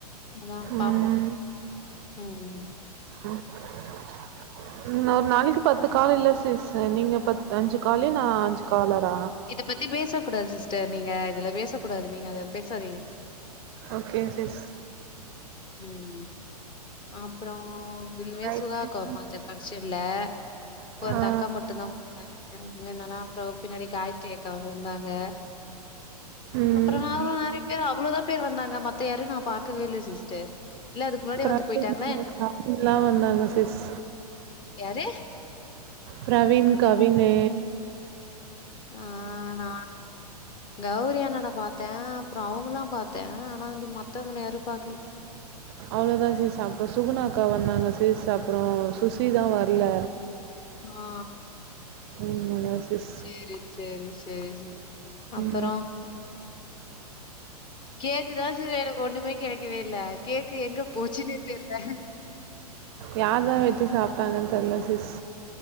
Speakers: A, on the left (about 25°); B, on the right (about 40°).
A: அதா
B: ம்
A: பாப்போ ம்
B: ம் <inaudible> இன்னொரு நாளைக்கு பத்து கால் இல்ல சிஸ்சு நீங்க பத்து அஞ்சு காலு நா அஞ்சு காலர
A: இத பத்தி பேசக்கூடாது சிஸ்டர் நீங்க இதுல பேசக்கூடாது நீங்க அத பேசாதீங்க
B: ஓகே சிஸ்
A: ம் ம் அப்றோ ஒன்னுமே
B: ரைட்
A: சுதா
B: சிஸ்.
A: அக்காவ பாத்தே பங்க்ஷன்ல இப்ப அந்த
B: ஆ
A: அக்கா மட்டுந்தா பாத்தோ இது என்னனா அப்றோ பின்னாடி காயத்திரி அக் அக்கா வந்துருந்தாங்க
B: ம்
A: அப்றோ யாரு வரி பேர் அவ்ளோதா பேர் வந்தாங்க மத்த யாரையு நா பாக்கவே இல்லை சிஸ்டர் இல்ல அதுக்கு முன்னாடியே
B: பிரவினு
A: வந்து போயிட்டாங்களா என்ன
B: கவின் லா வந்தாங்க சிஸ்
A: யாரு
B: பிரவீன் கவின்னு
A: ஆ நா கௌரி அண்ணண பார்த்தே அப்றோ அவுங்கல்லா பார்த்தே ஆனா வந்து மத்தவங்கள யாரையு பாக்கல
B: ஆ <inaudible> அவ்ளோதா சிஸ் அப்போ சுகுணாக்கா வந்தாங்க சிஸ் அப்றோ சுசிதா வர்ல
A: ஆ ஆ
B: ம் அதா சிஸ்
A: சேரி சேரி சேரி சிஸ் அப்றோ
B: ம்
A: கேக்குதா சிஸ் எனக்கு ஒண்ணுமே கேக்கவே இல்ல கேக்கு எங்க போச்சுன்னே தெர்ல
B: யார தா வெட்டி சாப்பிட்டாங்கன்னு தெர்ல சிஸ்